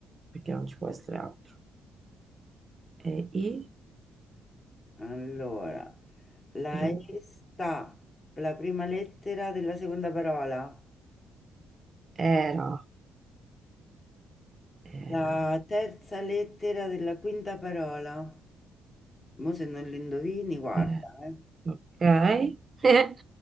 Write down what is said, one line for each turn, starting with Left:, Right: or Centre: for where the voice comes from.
Right: perché non ci può essere altro. E I,
Left: allora, la
Right: Ru-
Left: E sta la prima lettera della seconda parola,
Right: era, era.
Left: la terza lettera della quinta parola. Mo se non lo indovini, guarda,
Right: eh,
Left: eh.
Right: ok. <laughs>